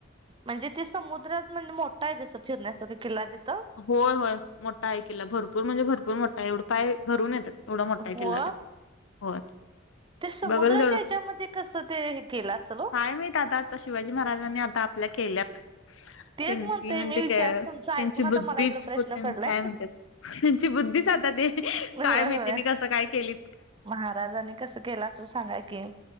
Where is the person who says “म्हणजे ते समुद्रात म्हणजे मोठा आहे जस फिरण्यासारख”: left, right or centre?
Right